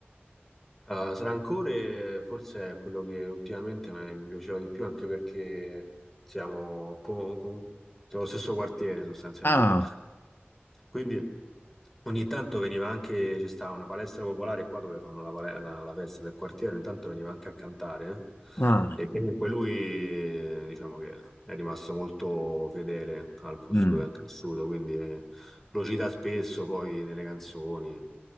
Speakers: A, in the centre; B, on the left.
A: Ah, Rancore forse è quello che ultimamente me- mi piaceva di più, anche perché siamo con, con- siamo lo stesso quartiere sostanzialmente.
B: Ah,
A: Quindi... Ogni tanto veniva anche, ci stava una palestra popolare qua dove fanno la, pale- la- la festa del quartiere, ogni tanto veniva anche a cantare.
B: ah,
A: eh. E comunque lui, eh, diciamo che è rimasto molto fedele al posto
B: mm,
A: dove è cresciuto, quindi eh, lo cita spesso poi nelle canzoni.